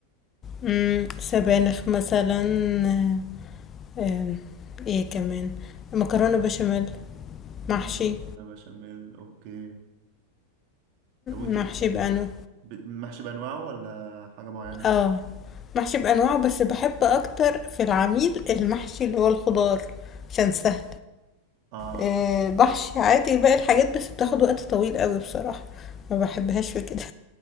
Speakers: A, on the left; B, on the right.
A: مم، سبانخ مثلا آه، آه، ايه كمان مكرونة بشاميل
B: مكرونة
A: محشي
B: بشاميل اوكي طب وانت
A: محشي
B: بت... بت...
A: بأنو
B: بت... محشي بانواعه ولا حاجه معينه
A: اه محشي بأنواعه بس بحب أكتر في العميل المحشي اللي هو الخضار عشان سهل
B: اه
A: آه، بحشي عادي باقي الحاجات بس بتاخد وقت طويل قوي بصراحة ما بحبهاش في كده